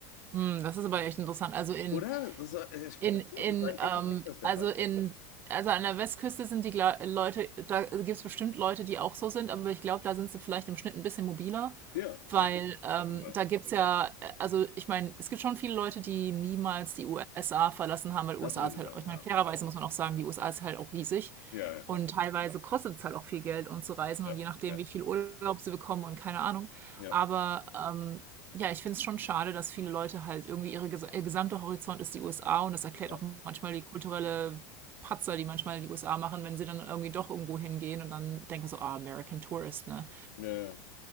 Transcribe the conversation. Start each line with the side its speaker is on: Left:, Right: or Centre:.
Right: Hm, das ist aber echt interessant. Also in
Left: Oder? Das war, äh, ich
Right: In,
Left: war das, so-
Right: in,
Left: das war in
Right: ähm,
Left: echten Texas der
Right: also
Left: Fall.
Right: in, also an der Westküste sind die Gla Leute, da gibt es bestimmt Leute, die auch so sind, aber ich glaube, da sind sie vielleicht im Schnitt ein bisschen mobiler.
Left: Ja, safe.
Right: Weil ähm,
Left: Auf jeden Fall.
Right: da gibt's ja, äh, also ich meine, es gibt schon viele Leute, die niemals die USA verlassen haben, weil
Left: Das
Right: USA
Left: auf jeden
Right: ist halt,
Left: Fall,
Right: ich
Left: ja.
Right: meine, fairerweise muss man auch sagen, die USA ist halt auch riesig.
Left: Ja, ja, klar.
Right: Und teilweise kostet es halt auch viel Geld, um zu reisen
Left: Ja,
Right: und je nachdem,
Left: ja,
Right: wie viel Urlaub sie bekommen und keine Ahnung.
Left: ja,
Right: Aber ähm, ja, ich finde es schon schade, dass viele Leute halt irgendwie ihre, ges- ihr gesamter Horizont ist die USA und das erklärt
Left: ja.
Right: auch
Left: Ja,
Right: manchmal die kulturelle Patzer, die manchmal die USA machen, wenn sie dann irgendwie doch irgendwo hingehen und dann denken so, ah, American Tourist, ne?
Left: ja.